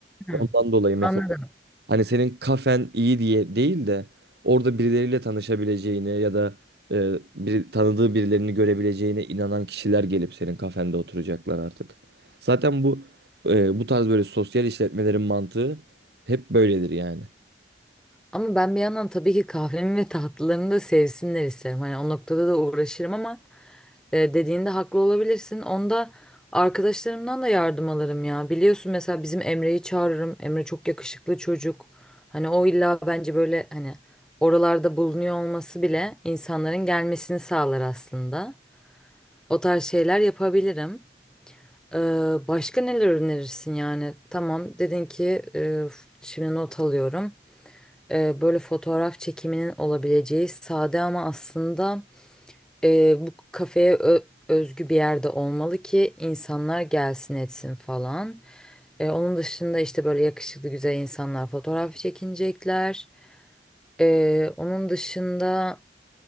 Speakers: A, in the centre; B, on the right.
A: Hı.
B: Ondan dolayı mesela
A: Anladım.
B: hani senin kafen iyi diye değil de orada birileriyle tanışabileceğine ya da e, bir, tanıdığı birilerini görebileceğine inanan kişiler gelip senin kafende oturacaklar artık. Zaten bu e, bu tarz böyle sosyal işletmelerin mantığı hep böyledir yani.
A: Ama ben bir yandan tabii ki kahvemi ve tatlılarını da sevsinler isterim. Hani o noktada da uğraşırım ama e, dediğinde haklı olabilirsin. Onda arkadaşlarımdan da yardım alırım ya. Biliyorsun mesela bizim Emre'yi çağırırım. Emre çok yakışıklı çocuk. Hani o illa bence böyle hani oralarda bulunuyor olması bile insanların gelmesini sağlar aslında. O tarz şeyler yapabilirim. Ee, başka neler önerirsin yani? Tamam dedin ki e, şimdi not alıyorum e, böyle fotoğraf çekiminin olabileceği sade ama aslında e, bu kafeye ö- özgü bir yerde olmalı ki insanlar gelsin etsin falan. E, onun dışında işte böyle yakışıklı güzel insanlar fotoğraf çekinecekler. E, onun dışında